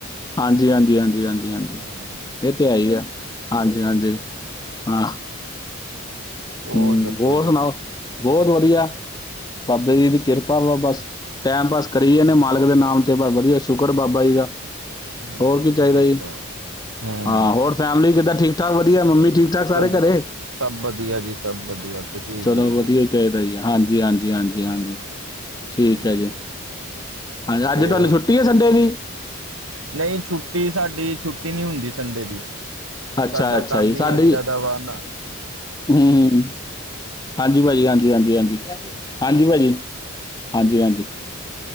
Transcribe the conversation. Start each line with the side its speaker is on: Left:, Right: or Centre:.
Left: ਹਾਂਜੀ ਹਾਂਜੀ ਹਾਂਜੀ ਹਾਂਜੀ ਹਾਂਜੀ
Right: ਹੂੰ
Left: ਇਹ ਤੇ ਹੈ ਹੀ ਆ ਹਾਂਜੀ ਹਾਂਜੀ ਹਾਂ
Right: ਉਹ
Left: ਹਮ
Right: ਦੱਸੋ
Left: ਹੋਰ
Right: ਜੀ
Left: ਸੁਣਾਓ ਬਹੁਤ ਵਧੀਆ ਬਾਬੇ ਜੀ ਦੀ ਕਿਰਪਾ ਵਾ ਬਸ ਟੇਮ ਪਾਸ ਕਰੀ ਜਾਨੇ ਮਾਲਕ ਦੇ ਨਾਮ ਤੇ ਬਸ ਵਧੀਆ ਸ਼ੁਕਰ ਬਾਬਾ ਜੀ ਦਾ
Right: ਹੂੰ
Left: ਹੋਰ ਕੀ ਚਾਹੀਦਾ
Right: ਇਹ
Left: ਜੀ
Right: ਤਾਂ ਹੈ। ਹੂੰ
Left: ਹਾਂ ਹੋਰ ਫੈਮਿਲੀ ਕਿੱਦਾਂ ਠੀਕ ਠਾਕ ਵਧੀਆ ਮੰਮੀ ਠੀਕ ਠਾਕ ਸਾਰੇ
Right: ਸਭ
Left: ਘਰੇ
Right: ਸਭ ਵਧੀਆ ਜੀ ਸਭ ਵਧੀਆ ਤੁਸੀਂ
Left: ਚਲੋ
Right: ਦੱਸੋ
Left: ਵਧੀਆ ਹੀ ਚਾਹੀਦਾ ਜੀ ਹਾਂਜੀ ਹਾਂਜੀ ਹਾਂਜੀ ਹਾਂਜੀ ਠੀਕ
Right: ਹੂੰ
Left: ਹੈ ਜੀ ਹਾਂਜੀ
Right: ਤੇ
Left: ਅੱਜ ਤੁਹਾਨੂੰ
Right: ਉਹ
Left: ਛੁੱਟੀ ਹੈ ਸੰਡੇ ਦੀ
Right: ਨਹੀਂ ਛੁੱਟੀ ਸਾਡੀ ਛੁੱਟੀ ਨਹੀਂ ਹੁੰਦੀ ਸੰਡੇ ਦੀ
Left: ਅੱਛਾ
Right: ਸਾਡਾ
Left: ਅੱਛਾ
Right: ਕੰਮ
Left: ਜੀ
Right: ਹੀ
Left: ਸਾਡੀ
Right: ਏਦਾਂ ਦਾ ਵਾ ਨਾ
Left: ਹੂੰ ਹਾਂਜੀ ਭਾਅਜੀੀ ਹਾਂਜੀ ਹਾਂਜੀ ਹਾਂਜੀ ਹਾਂਜੀ ਭਾਅਜੀੀ ਹਾਂਜੀ ਹਾਂਜੀ